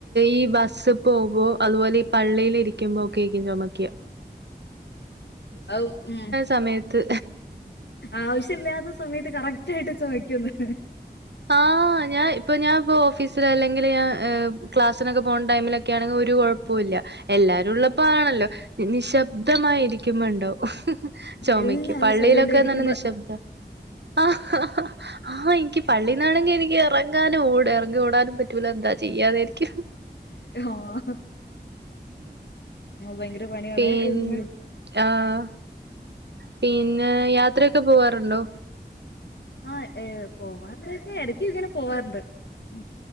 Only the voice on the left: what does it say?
അഹ് ഉം.
ആവശ്യല്ല്യാത്ത സമയത്ത് കറക്റ്റായിട്ട് ചൊമ ക്ക്യുംന്ന്.
എല്ലാരും
സൈലന്റ് ആയിരിക്കുമ്പോ
ആഹ്. നോഹ് ഭയങ്കര പണിയാണെ.
അയ്യൊ
ആഹ് ഏഹ് പോവാറുണ്ടോയ്ച്ചാ എടക്ക്ങ്ങനെ പോവാറ്ണ്ട്. ഉം